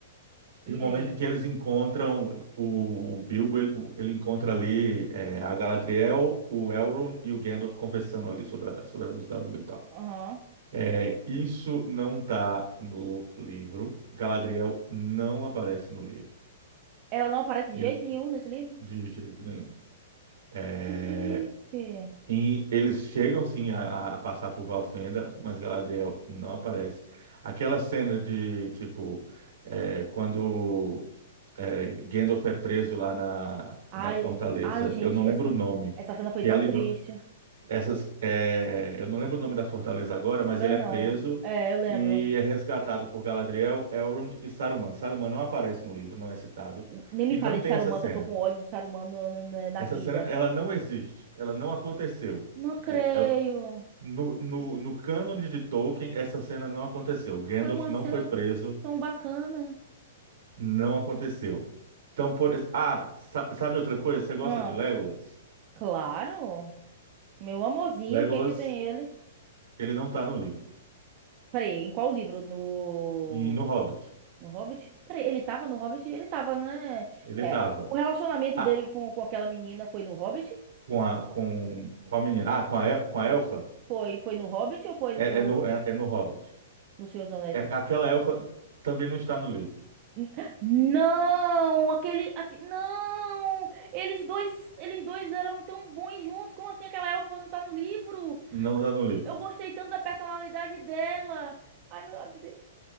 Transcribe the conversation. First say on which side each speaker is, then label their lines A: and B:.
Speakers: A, on the right (about 65°); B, on the right (about 45°).
A: Tem
B: E
A: um momento
B: aí?
A: em que eles encontram o, o Bilbo, ele, o- ele encontra ali é, a Galadriel, o Elrond e o Gandalf conversando ali sobre a, sobre a luz da lua e tal.
B: Aham.
A: É, isso não está no livro. Galadriel não aparece no livro.
B: Ela não aparece de
A: Ele,
B: jeito nenhum nesse livro?
A: de jeito nenhum. É,
B: Que triste.
A: e eles chegam sim a, a passar por Valfenda, mas Galadriel não aparece. Aquela cena de tipo é, quando é, Gandalf é preso lá na,
B: Ai,
A: na fortaleza,
B: ai, gente,
A: eu não
B: essa,
A: lembro o nome,
B: essa cena foi
A: que
B: tão
A: ela,
B: triste.
A: Essas, é, eu não lembro o nome da fortaleza agora, mas
B: Também
A: ele é
B: não.
A: preso
B: É, eu lembro.
A: e é resgatado por Galadriel, Elrond e Saruman. Saruman não aparece no livro, não é citado,
B: N- Nem me
A: e
B: fale
A: não
B: de
A: tem
B: Saruman,
A: essa cena.
B: que eu tô com ódio de Saruman no- no- na na
A: Essa
B: vida.
A: cena, ela não existe, ela não aconteceu.
B: Não
A: Tipo,
B: creio.
A: ela- no, no, no cânone de Tolkien, essa cena não aconteceu. Gandalf
B: Foi uma
A: não
B: cena
A: foi preso,
B: tão bacana.
A: não aconteceu. Então, por... ex- Ah, sa- sabe outra coisa? Você gosta
B: Ah,
A: de Legolas?
B: claro. Meu amorzinho,
A: Legolas,
B: o que que tem ele?
A: ele não tá no livro.
B: Peraí, em qual livro? No...
A: E no Hobbit,
B: No Hobbit? Peraí, ele tava no Hobbit? Ele tava, né?
A: ele
B: É,
A: tava.
B: o relacionamento
A: Ah,
B: dele com, com aquela menina foi no Hobbit?
A: com a com qual menina? Ah, com a El- com a elfa?
B: Foi, foi no Hobbit ou foi
A: É,
B: no,
A: é no é, é no Hobbit.
B: no Senhor dos Anéis?
A: É aquela elfa também não está no livro.
B: N- Não, aquele, aque- não, eles dois, eles dois eram tão bons juntos. Como assim aquela elfa não tá no livro?
A: Não está no livro.
B: Eu gostei tanto da personalidade dela. Ai, meu, ai, meu Deus.